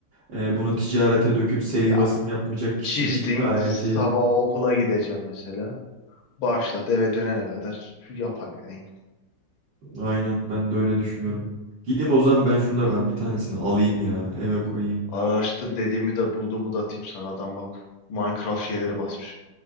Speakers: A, on the right; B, on the left.
A: e, bunu ticarete döküp seri
B: Ya
A: basım yapmayacak kişi
B: çizdin
A: için gayet
B: sabah
A: iyi.
B: okula gideceğim mesela. Başlat eve dönene kadar yapar yani.
A: Aynen ben de öyle düşünüyorum.
B: Hı.
A: Gideyim o zaman ben şunlardan bir tanesini alayım ya eve koyayım.
B: Araştır dediğimi de bulduğumu da atayım sana adam bak. Minecraft şeyleri basmış.